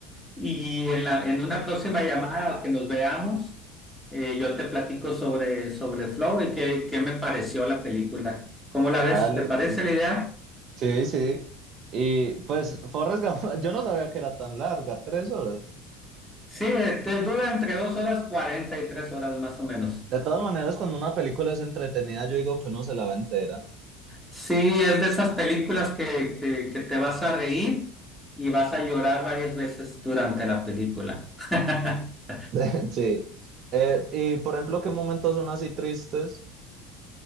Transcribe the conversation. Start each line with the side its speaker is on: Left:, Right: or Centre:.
Centre: Y en la- en una próxima llamada o que nos veamos, eh, yo te platico sobre, sobre Flow y qué, qué me pareció la película. ¿Cómo la ves?
Right: ah, listo.
Centre: ¿Te parece la idea?
Right: Sí, sí. Y pues Forrest Gump, <laughs> yo no sabía que era tan larga, tres horas.
Centre: Sí, eh, te dura entre dos horas 40 y tres horas más o menos.
Right: De todas maneras, cuando una película es entretenida, yo digo que uno se la va entera.
Centre: Sí, es de esas películas que, que, que te vas a reír y vas a llorar varias veces durante la película. <laughs>
Right: <laughs> Sí. Eh, y por ejemplo, ¿qué momentos son así tristes?